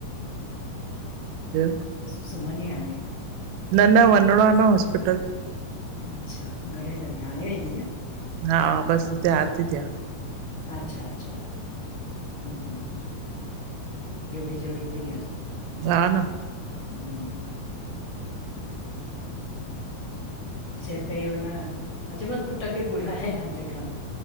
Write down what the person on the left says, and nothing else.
सुमनी हाणे?
अच्छा घणे लॻे हाणे वेंदीअ?
अच्छा अच्छा हम, इहो बि ज़रूरी आ।
हम चए पई उन मां चय मास पुट खे घुराए आ तेखा।